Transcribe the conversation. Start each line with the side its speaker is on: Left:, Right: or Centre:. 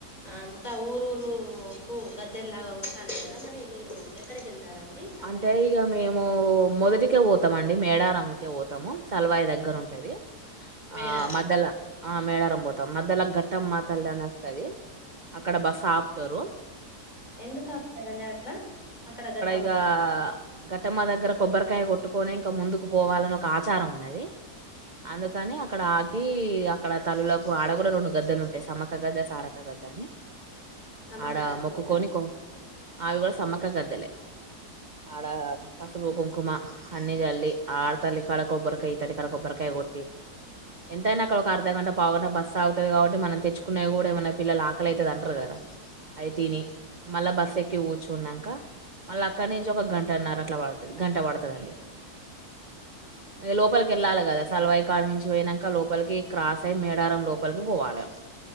Left: అంత ఊరుూరుకు గద్దెల్లాగా ఉంటాను కదా మరి మీరు ఎక్కడికి వెళ్తారండి సమ్మక్క
Right: అంటే ఇక మేము మొదటికే పోతాంమండి మేడారంకే పోతాము సలవాయి దగ్గర ఉంటది
Left: మేడారం
Right: ఆ మధ్యలో ఆ మేళారం పోతాం మధ్యలో గట్ట మా తల్లి అనే వస్తది అక్కడ బస్సు ఆపుతారు
Left: ఎందుకు ఆపుతారంండి అట్లా అక్కడ గట్ట
Right: ఇక ఘట్టమ్మ దగ్గర కొబ్బరికాయ కొట్టు కొని ఇంకా ముందుకు పోవాలని ఒక ఆచారం ఉన్నది అందుకని అక్కడ ఆకి అక్కడ తల్లులకు ఆడ కూడా రెండు గద్దలు ఉంటాయి సమ్మక గద్ద సారక గద్ద అని
Left: సమ్మక్క
Right: ఆడ
Left: గద్దె
Right: మొకుకోని ఆవి కూడా సమ క్క గద్దెలే ఆడ పసుపు కుంకుమ అన్ని చల్లి ఆడతల్లి ఇక్కడ కొబ్బరికాయ ఈ అతల్లి ఇక్కడ కొబ్బరికాయ కొట్టి ఎంతైనా అక్కడ ఒక అర్ధ గంట పావు గంట బస్సు ఆగుతది కాబట్టి మనం తెచ్చుకునేవి కూడా ఏమైన్నా పిల్లలు ఆకలైతది అంటారు కదా అవి తిని మళ్ళా బస్సు ఎక్కి కూర్చున్నాంక మళ్ళా అక్కడ నుంచి ఒక గంటన్నర అట్లా పడుతది గంట పడుతది అండి ఆయా లోపలికి వెళ్ళాలి కదా సలవాయ్ కాడ నుంచి పోయినాంక లోపలికి క్రాస్ అయ్యి మేడారం లోపలికి పోవాలి